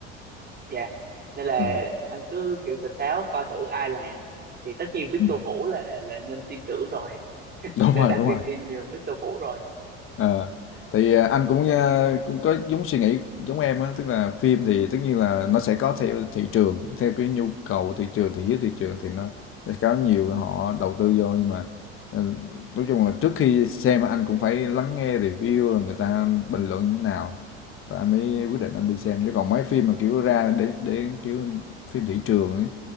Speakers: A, on the right; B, on the left.
A: dạ nên là
B: ừ.
A: anh cứ kiểu tỉnh táo coi thử ai làm thì tất nhiên Victor
B: ừ.
A: Vũ là là nên tin tưởng rồi
B: đúng
A: nên
B: rồi
A: đặt
B: đúng
A: niềm
B: rồi
A: tin nhiều với Victor Vũ rồi
B: Ờ, thì à, anh cũng à, cũng có giống suy nghĩ giống em á tức là phim thì tất nhiên là nó sẽ có theo thị trường theo cái nhu cầu thị trường thị hiếu thị trường thì nó sẽ có nhiều họ đầu tư vô nhưng mà ừ, nói chung là trước khi xem á, anh cũng phải lắng nghe review là người ta bình luận như thế nào và anh mới quyết định anh đi xem chứ còn mấy phim mà kiểu ra để để kiểu phim thị trường ấy